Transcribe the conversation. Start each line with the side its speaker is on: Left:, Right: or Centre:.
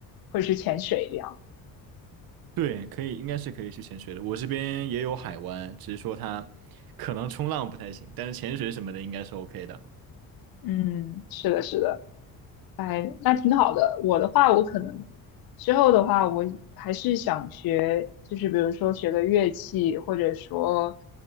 Left: 或者是潜水这样。
Right: 对，可以，应该是可以去潜水的。我这边也有海湾，只是说它可能冲浪不太行，但是潜水什么的应该是 OK 的。
Left: 嗯，是的，是的。哎，那挺好的。我的话，我可能之后的话，我还是想学，就是比如说学个乐器，或者说，